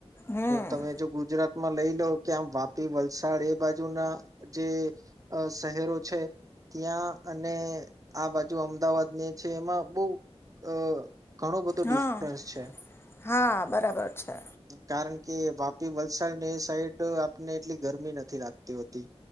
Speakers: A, on the left; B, on the right.
A: હમ
B: તમે જો ગુજરાત માં લઈ લો કે આમ વાપી, વલસાડ એ બાજુ ના જે અ શહેરો છે, ત્યાં અને આ બાજુ અમદાવાદની છે, એમાં બહુ અ ઘણો બધો ડિફરન્સ
A: હા
B: છે.
A: હા બરાબર છે
B: કારણ કે કે વાપી, વલસાડ એ સાઈડ આપને એટલી ગરમી નથી લાગતી હોતી.